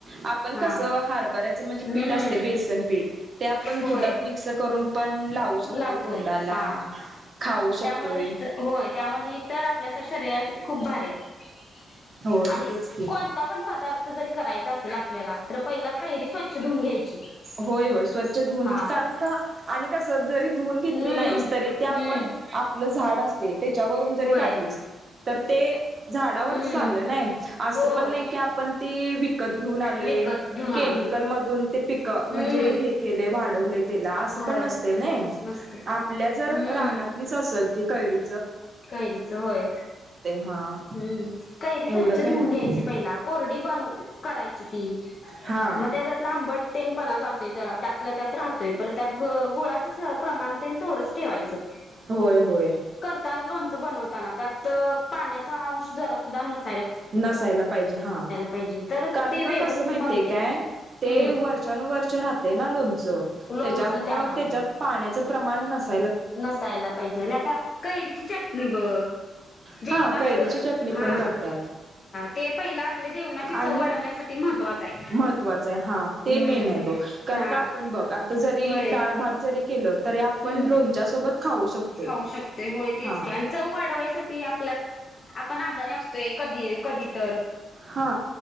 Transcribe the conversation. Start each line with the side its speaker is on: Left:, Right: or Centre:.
Right: आपण
Left: हा
Right: कसं हार्बरया चा म्हणजे
Left: हम्म
Right: पीठ अस ते बेसन पीठ आपण
Left: होय
Right: दुधात मिक्स करून पण लावू शकते
Left: लावतोय
Right: तोंडाला.
Left: हा
Right: खाऊ शकतोय
Left: त्यामुळे हे तर होय त्यामुळे हे तर आपल्या शरीरासाठी खूप भारी आहे
Right: होय
Left: आणि
Right: तेच की
Left: कोणता पण पदार्थ जरी करायचा असेल आपल्याला तर पहिला कैरी स्वच्छ धुवून घ्यायची.
Right: होय होय स्वचछ धुवूनच
Left: हा
Right: कारण का आणि कसं जरी धुवून घेतली
Left: हम्म
Right: नाहीस तरी ते आपण
Left: हम्म
Right: आ पलं झाड असते. त्याच्यावरून जरी
Left: होय
Right: काढलीस तर ते झाडावरच
Left: हम्म
Right: झालं नाही असं
Left: होय
Right: पण नाही की आपण ते विकत घेऊन आलोय
Left: विकत घेऊन आलोय
Right: केमिकल मधून ते पिकं
Left: हम्म
Right: म्हणजे हे केले वाढवले. तेला असं
Left: होय
Right: पण नसते ना
Left: मस्त
Right: आपल्या
Left: हम्म
Right: जर रानातलीच असेल ती कैरी
Left: कैरीच होय
Right: हा
Left: हम्म कैरी स्वच्छ
Right: एवढं
Left: धुऊून
Right: काय नाही
Left: घ्यायची पहिला कोरडी बनवू करायची ती
Right: हा
Left: मग त्याच्यातलं आंबट तेन पणा जातोय जरा त्यातलं त्यात राहतोय पर त्यात ग गुळाचं प्रमाण तेन थोडंच ठेवायचं.
Right: होय होय.
Left: त्या लोणच बनवताना त्यात पाण्याचा अंश जरा सुद्धा नस
Right: नसायला पाहिजे हा
Left: पाहिजे तरच
Right: कारण
Left: ते
Right: का
Left: व्यवस्थित
Right: कसं माहितय
Left: बनते
Right: काय ते
Left: हम्म
Right: वर्षानुवर्ष चा राहते ना लोन चा
Left: लोणचं
Right: त्याच्यामुळे
Left: त्यामुळं
Right: त्याच्यात पाण्याचा प्रमाण नस-
Left: नसायला पाहिजे, आणि आता कैरीची चटणी बघ जेवणात
Right: हा कैरीची चटणी
Left: हा!
Right: पण करतात
Left: ते पहिलं आपल्या जेवणाची
Right: आणि
Left: चव वाढवण्यासाठी महत्त्वाचं आहे.
Right: महत्वाच आहे हा ते
Left: हम्म.
Right: मेन आहे बघ कारण
Left: हा
Right: का आपण बघ आता जरी
Left: होय
Right: डाळ भात केल तरी आपण
Left: हम्म
Right: लोणच्यासोबत खाऊ शकतोय
Left: खाऊ शकतोय होय तेच
Right: हां.
Left: का चव वाढवायसाठी, आपला आपण आजारी असतोय कधी! कधी तर
Right: हा